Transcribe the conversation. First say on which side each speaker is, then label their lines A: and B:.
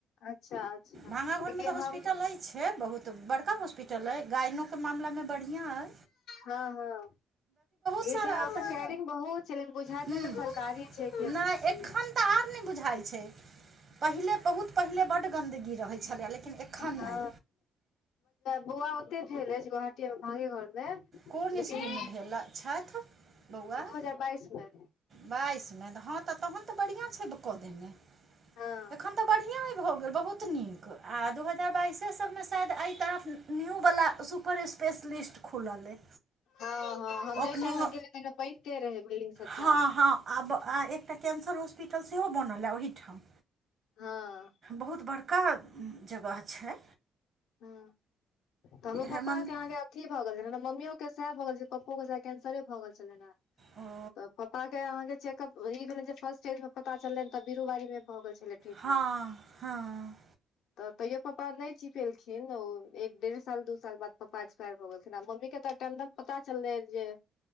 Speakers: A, on the left; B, on the right.
A: अच्छा अच्छा कियाकि
B: भागाघरमे तऽ हॉस्पिटल
A: हम
B: अछि बहुत बड़का हॉस्पिटल अय गायनोक के मामला मे बढ़िआं हइ
A: हँ हँ
B: सारा
A: ई छै ओतऽ
B: आब तऽ
A: कैयरिंग बहुत छै लेकिन बुझयत
B: ह्म
A: नै जे सरकारी छै अथी
B: नहि
A: छै
B: एखन तऽ आर नहि बुझाइ छै पहिले बहुत पहिले बड्ड गन्दगी रहै छलै लेकिन एखन
A: हँ
B: नय
A: बौआ ओते भेल अछि गुवाहाटी कुट मांगे घरमे
B: कोन ईस्वीमे
A: लेकिन
B: भेल छथि बौआ
A: दू हजार बाइस मे
B: बाइसमे त हँ तऽ तहन तऽ बढ़िआँ छै कऽ देने
A: हँ
B: एखन तऽ बढ़िआँ हो गेल बहुत नीक आ दू हजार बाइसे सबमे शायद एहि तरफ न्यू वला सुपर स्पेश लिस्ट खुलल अइ
A: हँ हँ हम जाहि
B: ओपनिंग
A: टाइममे गेलै त पहिनिते रहे बिलडिंग सब
B: हँ हँ आब आ एकटा कैंसर हॉस्पिटल सेहो बनल एइ ओहिठाम
A: हँ
B: बहुत बड़का जगह छै
A: ह तऽ हमर पप्पा
B: हेमन्त
A: के अहां के की भऽ गेल छलन्हि हें ने मम्मियो के सएह भऽ गेल छल पप्पो के सह कैंसरे भऽ गेल छलै ह ने
B: ओ
A: तऽ पापा के अहाँके चेकअप ई भेल जे फर्स्ट एड मे पता चललै तऽ बीरू बारी मे भऽ गेल छलै ट्रीटमेंट
B: हँ हँ
A: तऽ तैयो पप्पा नहि छी पेलखिन ओ एक डेढ़ साल दू साल बाद पप्पा एक्सपायर भऽ गेलथिन आ मम्मी के तम पता चललै जे